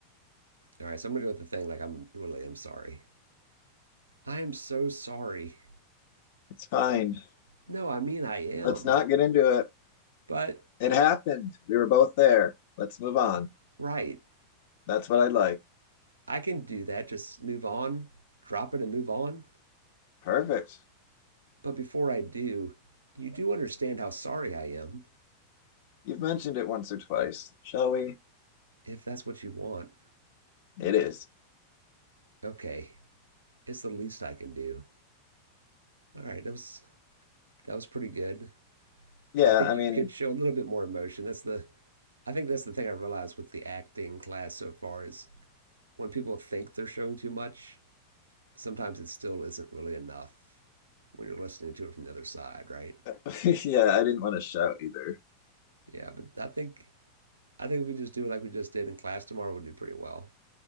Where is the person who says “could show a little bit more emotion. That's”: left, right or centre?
Right